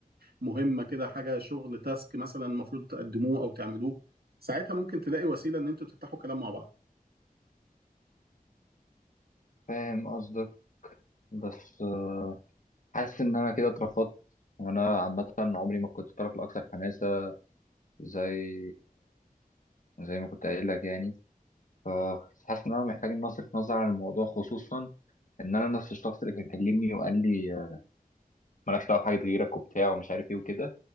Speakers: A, on the right (about 85°); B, on the left (about 55°).
A: بمهمة كده حاجة شغل تاسك مثلا المفروض تقدموه او تعملوه ساعتها ممكن تلاقي وسيلة ان انتوا تفتحوا كلام مع بعض
B: فاهم قصدك بس آه، حاسس ان انا كده اترفضت وانا عامه عمري ما كنت الطرف الاكثر حماسه زي زي ما كنت قايل لك يعني فحاسس ان انا محتاج ان اصرف نظر عن الموضوع خصوصا ان انا نفس الشخص اللي كان كلمني وقال لي آه، مالكش دعوه بحاجه غيرك وبتاع ومش عارف ايه وكده